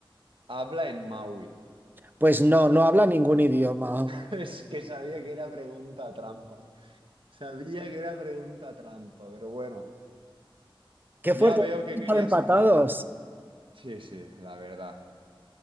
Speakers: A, on the right; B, on the right.
A: Habla en Maui.
B: Pues no, no habla ningún idioma.
A: <laughs> Es que sabía que era pregunta trampa. Sabía que era pregunta trampa, pero bueno,
B: Qué
A: ya
B: fuerte,
A: veo que
B: están
A: querías
B: empatados.
A: empatar. Sí, sí, la verdad.